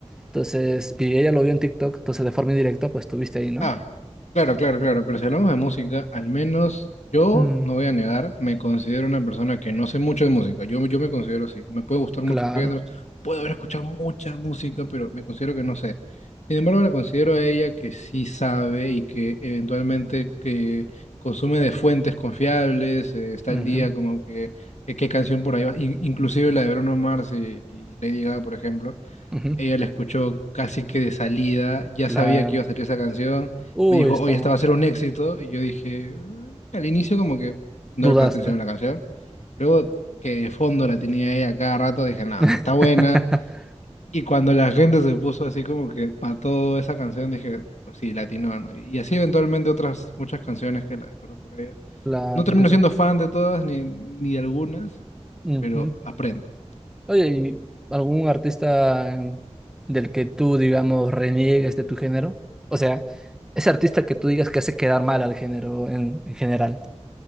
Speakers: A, in the centre; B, on the left.
A: Entonces, y ella lo vio en TikTok, entonces de forma indirecta, pues estuviste ahí, ¿no?
B: Ah, claro, claro, claro, pero si hablamos de música, al menos yo
A: Mm,
B: no voy a negar, me considero una persona que no sé mucho de música, yo, yo me considero así, me puede gustar
A: claro.
B: mucho género, puedo haber escuchado mucha música, pero me considero que no sé. Sin embargo, la considero a ella que sí sabe y que eventualmente que consume de fuentes confiables, eh, está
A: Ujú.
B: al día como que eh, qué canción por ahí va, in- inclusive la de Bruno Mars y, y Lady Gaga, por ejemplo.
A: Ujú,
B: Ella la escuchó casi que de salida, ya
A: Claro.
B: sabía que iba a salir esa canción.
A: Uy,
B: Me dijo,
A: estaba.
B: oye, esta va a ser un éxito. Y yo dije, "Mm", al inicio como que no
A: Dudaste.
B: le presté atención a la canción. Luego que de fondo la tenía ella cada rato, dije, nada o sea, está
A: <laughs>
B: buena. Y cuando la gente se puso así como que para toda esa canción, dije, pues sí, latino, ¿no? Y así eventualmente otras muchas canciones que la descubro por ella.
A: La
B: No
A: verdad.
B: termino siendo fan de todas ni, ni de algunas,
A: Ujú.
B: pero aprendo.
A: Oye, ¿y algún artista em, del que tú, digamos, reniegues de tu género? O sea, ese artista que tú digas que hace quedar mal al género en, en general.